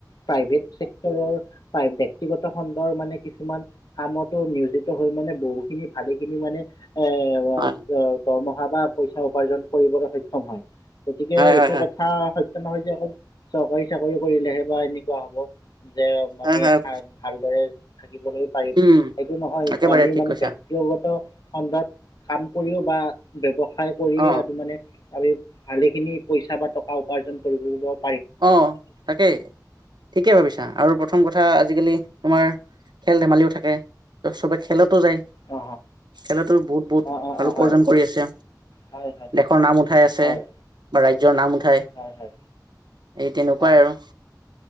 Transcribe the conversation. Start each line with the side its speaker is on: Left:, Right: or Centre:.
Left: প্ৰাইভেট ছেক্টৰৰ প্ৰাই ব্যক্তিগত খণ্ডৰ মানে কিছুমান - কামতো নিয়োজিত হৈ মানে বহুখিনি ভালেখিনি মানে এ
Right: হ
Left: অ - দৰমহা বা পইচা উপাৰ্জন কৰিবলে সক্ষম হয়। গতিকে
Right: হয়
Left: এইটো
Right: হয় হয়
Left: ক থা সত্য নহয় যে অকল চৰকাৰী চাকৰি কৰিলেহে বা এনেকুৱা হ'ব। যে
Right: হয়
Left: আমি
Right: হয় হয়
Left: এসাঁজ ভালদৰে থাকিবলৈ পাৰিম।
Right: উম
Left: এইটো নহয়
Right: একেবাৰে
Left: আমিও
Right: ঠিক
Left: মানে
Right: কৈছা
Left: বেক ব্যক্তিগত খণ্ডত কাম কৰিও বা ব্যৱসায় কৰিয়ে
Right: অ
Left: আদি মানে - তাৰে ভালেখিনি পইচা বা টকা উপাৰ্জন কৰি কৰিব -
Right: অ তাকেই ঠিকে ভাবিছা আৰু প্ৰথম কথা আজিকালি তোমাৰ - খেল ধেমালিও থাকে, ত চবে খেলতো যায়।
Left: অ
Right: খেলটো বহুত বহুত
Left: অ অ অ
Right: ভাল
Left: অ
Right: উপাৰ্জন
Left: হয়
Right: কৰি আছে।
Left: হয় হয়
Right: দে শৰ নাম উঠাই আছে
Left: হয়
Right: বা ৰাজ্যৰ নাম উঠাই।
Left: হয় হয়
Right: এই তেনেকুৱাই
Left: হয়
Right: আৰু,